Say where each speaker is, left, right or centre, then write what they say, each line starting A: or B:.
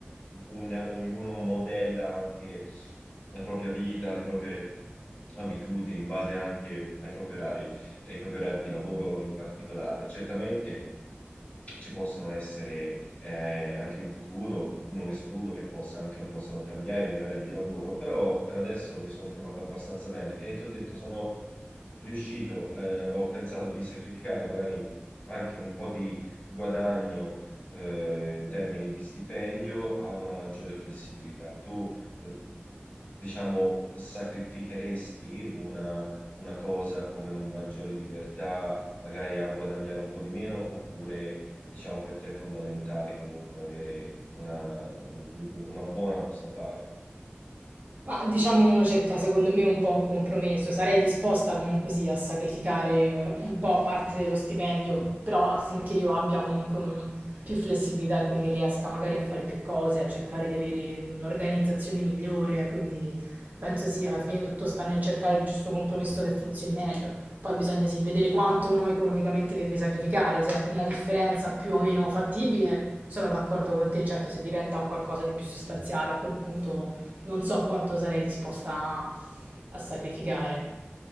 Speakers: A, on the left; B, on the right.
A: un- ognuno modella anche la propria vita, le proprie abitudini in base anche ai propri orari ai propri orari di lavoro in particolare. Certamente ci possono essere eh, anche in futuro, non escludo che possa anche- possano cambiare i miei orari di lavoro, però per adesso mi sono trovato abbastanza bene e ti ho detto, sono riuscito, eh, ho pensato di sacrificare magari anche un po' di guadagno eh, in termini di stipendio a una maggiore flessibilità. Tu, eh, diciamo, sacrificheresti una una cosa come un maggiore libertà, magari a guadagnare un po' di meno, oppure eh, diciamo per te è fondamentale comunque avere una, un- una buona busta paga?
B: Ma diciamo uno cerca secondo me un po' un compromesso, sarei disposta comunque sì a sacrificare eh, un po' parte dello stipendio, però affinché io abbia comunque un- più flessibilità e quindi riesca magari a fare più cose, a cercare di avere un'organizzazione migliore, quindi penso sì, alla fine tutto sta nel cercare il giusto compromesso che funzioni meglio. Poi bisogna sì vedere quanto uno economicamente deve sacrificare, se è una differenza più o meno fattibile, sono d'accordo con te, certo se diventa un qualcosa di più sostanziale a quel punto non so quanto sarei disposta a, a sacrificare,